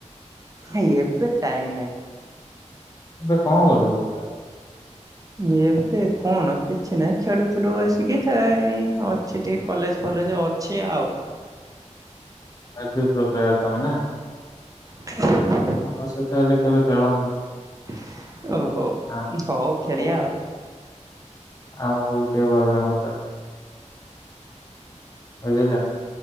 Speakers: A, on the right; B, on the left.
A: ଏଇ ଏବେ ଟାଇମ ନାଇ।
B: ଏବେ କଣ କରୁ ସବୁ ତା।
A: ଏବେ କଣ କିଛି ନାହିଁ ଖେଳୁଥିଲୁ ବସିକି ତ ଏଇ ଅଛି ଟିକେ କଲେଜ ଫଲେଜ ଅଛି ଆଉ।
B: ଏ ବି ପ୍ରୋ ପ୍ଲେୟର ତମେ ନା।
A: ଠିକ।
B: ଆମ ସହିତ ହେଲେ କେବେ ଖେଳନ୍ତୁ।
A: <inaudible> ଓହୋ
B: ଆ
A: ହଉ
B: ଆମକୁ
A: ଖେଳିଆ ଆଉ।
B: ଆମକୁ ବି ଟିକେ ଭଲ ଲାଗନ୍ତା। ବୁଝିଲ।